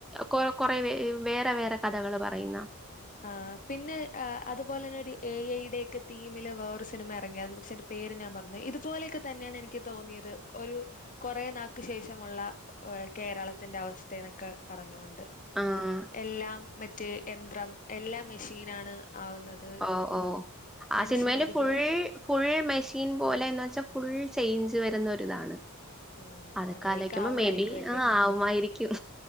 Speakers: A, in the centre; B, on the left.
A: കൊ കൊറെ വേറെ വേറെ കഥകൾ പറയുന്ന
B: ആഹ് പിന്നെ ആഹ് അതുപോലെന്നെടീ എ ഐയുടെ ഒക്കെ തീമില് വേറൊ സിനിമ ഇറങ്ങിയാരുന്നു പക്ഷെ അയിന്റെ പേര് ഞാൻ മറന്നോയി ഇതുപോലെയൊക്കെ തന്നെയാണ് എനിക്ക് തോന്നിയത് ഒരു കൊറേ നാക്ക് ശേഷമുള്ള ഏഹ് കേരളത്തിന്റെ അവസ്ഥേനൊക്കെ പറഞ്ഞോണ്ട്
A: ആഹ്
B: എല്ലാം മറ്റേ യന്ത്രം എല്ലാം മിഷീനാണ് ആവുന്നത്
A: ഓഹ് ഓഹ് ആ
B: മനുഷ്യനൊരു
A: സിനിമേല് ഫുൾ
B: ജോ
A: ഫുൾ മെഷീൻ പോലെന്ന് വെച്ചാ ഫുൾ ചേഞ്ച് വരുന്ന ഒരിതാണ്
B: ആഹ്
A: അതൊക്കാലോയിക്കുമ്പോ
B: അങ്ങനെയൊക്കെ ആവുമായിരിക്കും
A: മേബി ആഹ് ആവുമായിരിക്കും